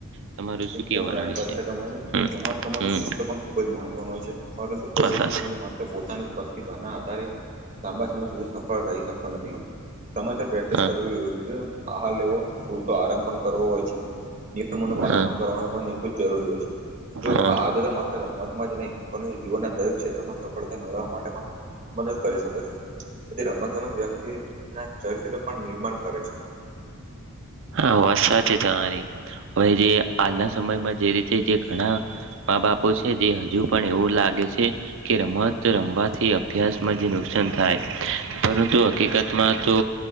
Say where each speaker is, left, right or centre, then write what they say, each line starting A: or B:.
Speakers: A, on the right; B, on the right.
A: તમારું શું
B: એકદમ
A: કેવાનું
B: રાઈટ
A: આવે
B: વાત છે તમારી
A: હમ
B: રમત ગમતનું
A: હમ
B: શિસ્ત પણ ખૂબ જ મહત્વનું હોય છે. પરંતુ, કોઈ
A: બસ
B: પણ ખેલાડી માત્ર પોતાની પ્રતિભાના આધારે લાંબા સમય સુધી સફળ રહી શકતો નથી. સમયસર પ્રેક્ટિસ
A: હા
B: કરવી યોગ્ય આહાર લેવો, પૂરતો આરામ પણ કરવો હોય છે નિયમોનું પાલન
A: હા
B: પણ કરવાનું પણ એટલું જ જરૂરી હોય છે. જો
A: હા
B: આ આદતો મા રમતમાં જ નહી. પરંતુ, જીવનના દરેક ક્ષેત્રમાં સફળતા મેળવવા માટે પણ મદદ કરી શકે છે. તેથી રમતગમત વ્યક્તિ ના ચરિત્ર પણ નિર્માણ કરે છે
A: હા વાત સાચી તમારી. હવે જે હાલના સમયમાં જે રીતે જે ઘણા મા બાપો છે. જે હજુ પણ એવું લાગે છે, કે રમત રમવાથી અભ્યાસમાં જે નુકસાન થાય. પરંતુ હકીકતમાં તો